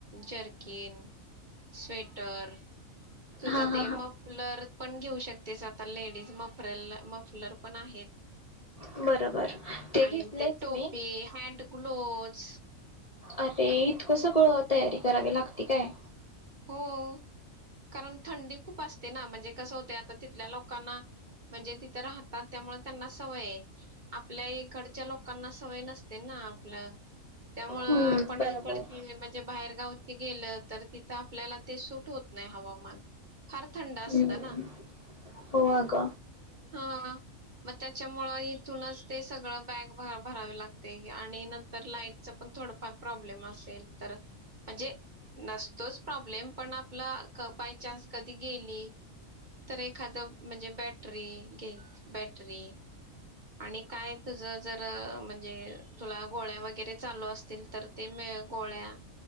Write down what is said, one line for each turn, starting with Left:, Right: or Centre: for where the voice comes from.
Right: जर्किन, स्वेटर. तुझं
Left: हां
Right: ते
Left: हां हां.
Right: मफ लर. पण घेऊ शकतेस आता लेडीज मफरल मफलर पण आहेत.
Left: बरोबर घेतलंयच
Right: आणि ते टोपी,
Left: मी
Right: हँड ग्लोव <inaudible>
Left: अरे इतकं सगळं अ तयारी करावी लागती काय?
Right: हो कारण थंडी खूप असते ना म्हणजे कसं होतय आता तिथल्या लोकांना म्हणजे तिथं राहतात त्यामुळे त्यांना सवये आपल्या इकडच्या लोकांना सवय नसते ना आपलं त्यामुळं
Left: हम्म
Right: आपण
Left: बरोबर
Right: इकडची म्हणजे बाहेर <unintelligible> ती गेलं तर तिथं आप पल्याला ते सुट होत नाय हवामान. फार थंड असता
Left: हम्म
Right: ना.
Left: हो अग.
Right: हां म त्याच्यामुळं इ तथूनच ते सगळं बॅग भरावे लागते आणि नंतर लाईटच पण थोडफार प्रॉब्लेम असेल तर म्हणजे नसतोच प्रॉब्लेम पण आपला बायचान्स कधी गेली तर एखाद म्हणजे बॅट टरी घे बॅटरी आणि काय तुझ जर अ म्हणजे तुला गोळ्या वगैरे चालू असतील तर ते मे गोळ्या